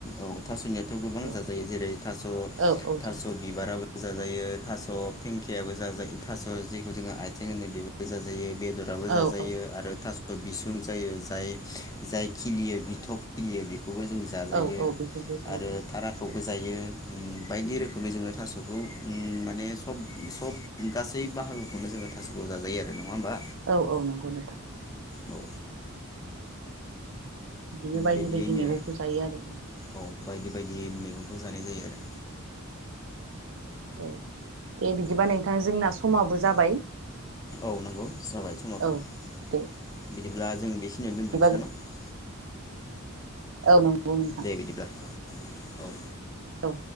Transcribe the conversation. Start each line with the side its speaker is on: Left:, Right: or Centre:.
Left: औ थासनिया थ गोबां
Right: औ
Left: जाजायो जेरै थास
Right: औ जायो
Left: थास बिबाराबो जाजायो थास' फेंखायाबो जाजायो थास' जेखौ जोङो आइथिं होनो बेबो जाजायो बे जराबो
Right: औ
Left: जाजायो
Right: औ
Left: आरो थास बिसुं जायो जाय खिलियो बिथ गियो बि खौबो जों जाजायो
Right: औ औ बेखौबो जायो
Left: आरो थाराखौबो
Right: औ
Left: जायो। उम बायदि रोखोमै जोङो थास'खौ उम माने सब सब गासै बाहागोखौनो जोङो थास'खौ जाजायो आरो नङा होमबा?
Right: औ औ नंगौ नोंथां।
Left: औ
Right: बिदिनो बायदि
Left: बिदियैनो
Right: बायदि मैगंखौ जायो आरोना जों
Left: औ बायदि बायदि मैगंखौ जानाय जायो आरो
Right: औ दे बिदिबा नोंथां जोंना समाबो जाबाय
Left: औ नंगौ जाबाय समाबो
Right: औ
Left: बिदिब्ला
Right: दे
Left: जों बेखिनियावनो
Right: बिदिबा
Left: दोन्थनोसै नामा
Right: औ नंगौ नोंथां
Left: दे बिदिब्ला औ
Right: औ